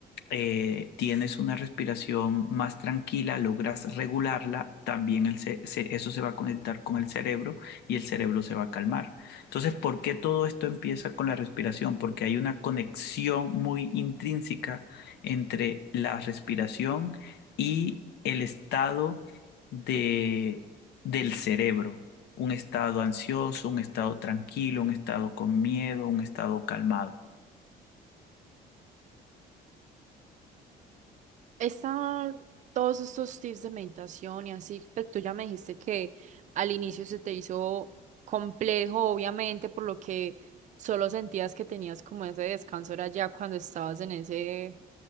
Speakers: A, on the left; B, on the right.
A: eh, tienes una respiración más tranquila, logras regularla, también el ce- se- eso se va a conectar con el cerebro y el cerebro se va a calmar. Entonces, ¿por qué todo esto empieza con la respiración? Porque hay una conexión muy intrínseca entre la respiración y el estado de, del cerebro. Un estado ansioso, un estado tranquilo, un estado con miedo, un estado calmado.
B: Esta- todos estos tips de meditación y así, pues tú ya me dijiste que al inicio se te hizo complejo, obviamente, por lo que solo sentías que tenías como ese descanso, era ya cuando estabas en ese,